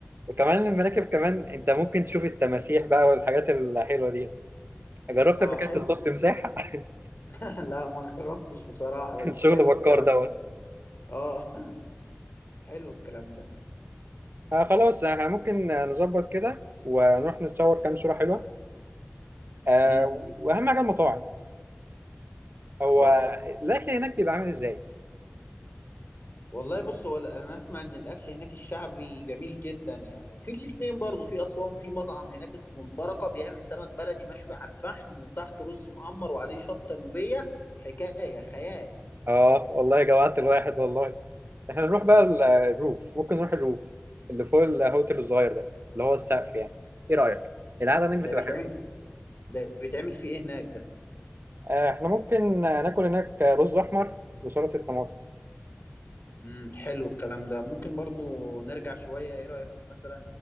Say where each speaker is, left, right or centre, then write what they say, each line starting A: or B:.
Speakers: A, on the right; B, on the left.
A: وكمان المراكب كمان انت ممكن تشوف التماسيح بقى والحاجات الحلوه دي جربت
B: اه
A: قبل
B: حلو
A: كده تصطاد تمساح <laughs>
B: <laughs> لا ما جربتش بصراحة بس
A: شغل
B: حلو
A: بكار
B: الكلام
A: دوت
B: ده اه <laughs> حلو الكلام ده
A: آه خلاص احنا ممكن نظبط كده ونروح نتصور كام صوره حلوه آه
B: امم
A: واهم حاجه المطاعم هو
B: اه
A: الاكل هناك بيبقى عامل ازاي
B: والله بص هو انا اسمع ان الاكل هناك الشعبي جميل جدا يعني وفي الاتنين برضو في اسوان في مطعم هناك اسمه البركه بيعمل سمك بلدي مشوي على الفحم وتحته رز معمر وعليه شطه نوبيه حكايه خيال
A: اه والله جوعت الواحد والله احنا نروح بقى
B: امم
A: ال- الروف ممكن نروح الروف اللي فوق الهوتيل الصغير ده اللي هو السقف يعني ايه رايك القعده هناك بتبقى
B: ده بيتعمل
A: حلوه
B: ده بيتعمل في ايه هناك ده
A: آه احنا ممكن ناكل هناك رز احمر وسلطه طماطم
B: امم حلو الكلام ده ممكن برضو نرجع شوية ايه رأيك مثلا